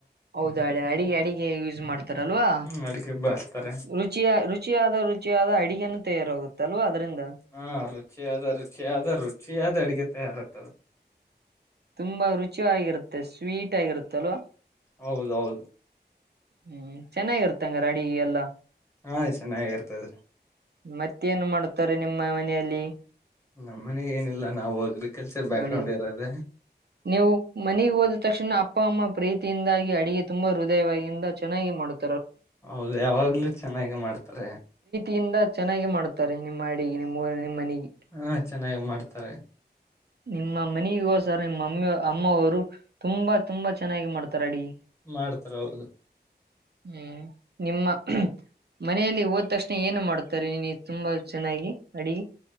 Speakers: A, on the right; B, on the left.
A: ಹೌದ ಅ ಅಡಿ ಅಡ. ಯೂಸ್ ಮಾಡ್. ಲ್ವಾ
B: ಹ್ಮ್ ಅಡಿಗೆಗ್ ಬೆಳಸ್ತಾರೆ
A: ರುಚಿಯ ರುಚಿಯಾದ ರುಚಿಯಾದ ಅಡಿಗೆನು ತಯಾರಾಗುತ್ತ ಲ್ವಾ ಅದ್ರಿಂದ
B: ಹಾ ರುಚಿ ಆದ ರುಚಿ ಆದ ರುಚಿ ಆದ ಅಡ್ಗೆ ತಯಾರ ತ್ತ
A: ತುಂಬಾ ರುಚಿ ಆಗಿರುತ್ತೆ ಸ್ವೀಟ್ ಆಗಿರುತ್ತೆ ಅಲ್ವಾ
B: ಹೌದೌದು
A: ಹ್ಮ್ ಚೆನ್ನಾಗಿರ್ತಂಗ ರ ಅಡ ಎಲ್ಲಾ
B: ಹಾ ಚೆನ್ನಾಗ ಇರ್ತದ್ರಿ
A: ಮತ್ತೇಏನ್ ಮಾಡತಾರೆ ನಿಮ್ಮ ಮನೆಯಲ್ಲಿ
B: ನಮ್ಮ ಮನೆ ಏನಿಲ್ಲ ನಾವು ಅಗ್ರಿಕಲ್ಚರ್ ಬ್ಯಾಕ್
A: ಅಡಿ
B: ಗ್ರೌಂಡ್ ಯಾರದೇ
A: ನೀವು ಮನೆಗೆ ಹೋದ ತಕ್ಷಣ ಅಪ್ಪ ಅಮ್ಮ ಪ್ರೀತಿಯಿಂದಾಗಿ ಅಡಗೆ ತುಂಬಾ ಹೃದಯವಾಗಿಂದ ಚೆನ್ನಾಗಿ ಮಾಡುತ್ತ
B: ಹೌದು ಯಾವಾಗ್ಲೂ ಚೆನ್ನಾಗಿ ಮಾಡ್ತಾರೆ
A: ಯಿಂದ ಚೆನ್ನಾಗಿ ಮಾಡ್ತಾರೆ ನಿಮ್ಮ್ ಅಡಗೆ ನಿಮ್ಮ್ ಊ ನಿಮ್ಮ ಮನೆಗೆ
B: ಹಾ ಚೆನ್ನಾಗಿ ಮಾಡ್ತಾರೆ
A: ನಿಮ್ಮ ಮನೆಗ ಸರ್ ನಿಮ್ಮ ಮಮ್ಮಿ ಅಮ್ಮ ಅವರು ತುಂಬಾ ತುಂಬಾ ಚೆನ್ನಾಗಿ ಮಾಡ್ತಾರೆ ಅಡಿ
B: ಮಾಡ್ತಾರ ಹೌದು
A: ಹ್ಮ್ ನಿಮ್ಮ ಮನೆಯಲ್ಲಿ ಹೋದ ತಕ್ಷಣ ಏನು ಮಾಡ್ತಾರೆ ನೀ ತುಂಬಾ ಚೆನ್ನಾಗಿ ಅಡಿಗೆ